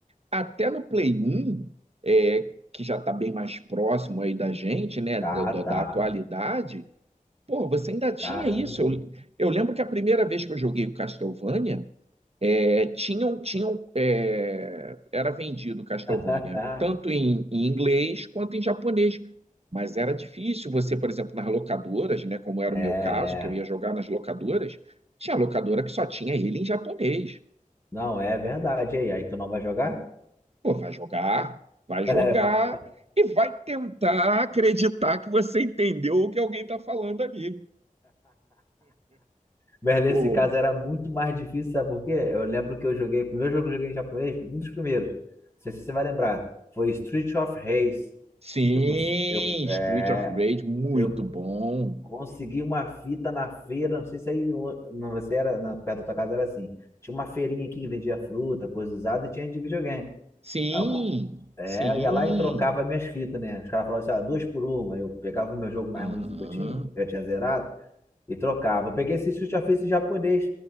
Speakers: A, on the right; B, on the left.
A: até no Play 1, é, que já está bem mais próximo aí da gente, né?
B: Tá,
A: Da, da-
B: tá.
A: da atualidade, pô, você ainda tinha
B: Caramba.
A: isso. Eu, eu lembro que a primeira vez que eu joguei o Castlevania, é, tinham, tinham, é, era vendido Castlevania
B: <laughs>
A: tanto em, em inglês quanto em japonês, mas era difícil você, por exemplo, nas locadoras, né, como era
B: É,
A: o meu caso, que eu
B: é.
A: ia jogar nas locadoras, tinha locadora que só tinha ele em japonês.
B: Não, é verdade. E aí, aí tu não vai jogar?
A: Pô, vai jogar, vai
B: <laughs>
A: jogar e vai tentar acreditar que você entendeu o que alguém está falando ali.
B: Mas nesse
A: Pô,
B: caso era muito mais difícil, sabe por quê? Eu lembro que eu joguei, o primeiro jogo que eu joguei em japonês, um dos primeiros, não sei se você vai lembrar, foi Street of Rage.
A: sim,
B: Eu, cons- eu,
A: Street
B: é,
A: of Rage, muito
B: eu
A: bom.
B: Consegui uma fita na feira, não sei se aí o- não, você era na, perto da tua casa era assim. Tinha uma feirinha aqui que vendia fruta, coisa usada e tinha de videogame.
A: Sim,
B: Aí eu, com- é,
A: sim.
B: eu ia lá e trocava minhas fitas, né? Os caras falavam assim, ó, duas por uma. Eu pegava o meu jogo mais
A: Aham.
B: ruimzinho que eu tinha, que eu tinha zerado, e trocava. Eu peguei esse já fez esse japonês.